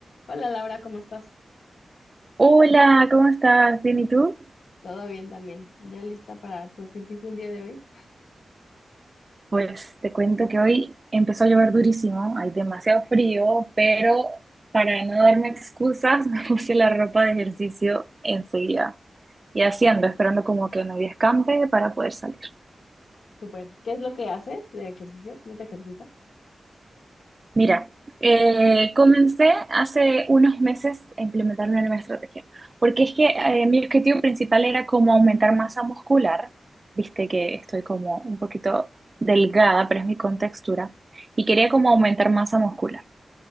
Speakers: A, on the left; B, on the right.
A: Hola Laura, ¿cómo estás?
B: Hola, ¿cómo estás? ¿Bien y tú?
A: Todo bien también. ¿Ya lista para tu ejercicio el día de hoy?
B: Pues te cuento que hoy empezó a llover durísimo, hay demasiado frío, pero para no darme excusas <laughs> me puse la ropa de ejercicio enseguida. Y así ando, esperando como que medio escampe para poder salir.
A: Súper. ¿Qué es lo que haces de ejercicio? ¿Cómo te ejercitas?
B: Mira, eh, comencé hace unos meses a implementar una nueva estrategia, porque es que eh, mi objetivo principal era como aumentar masa muscular, viste que estoy como un poquito delgada, pero es mi contextura, y quería como aumentar masa muscular.